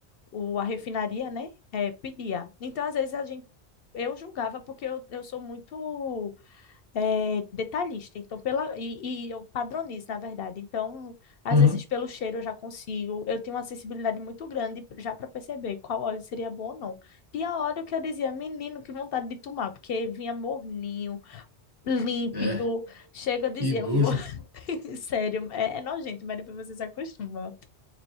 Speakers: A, on the left (about 65°); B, on the right (about 25°).
A: o, a refinaria, né, é, pedia. Então, às vezes, a gente, eu julgava, porque eu, eu sou muito é, detalhista, então pela e, e eu padronizo, na verdade. Então, às
B: Aham.
A: vezes pelo cheiro eu já consigo. Eu tenho uma sensibilidade muito grande já para perceber qual óleo seria bom ou não. Tinha óleo que eu dizia, menino, que vontade de tomar, porque vinha morninho, límpido.
B: É,
A: Chega, eu dizia,
B: que nojo.
A: eu vou. <laughs> Sério, é, é nojento, mas depois você se acostuma.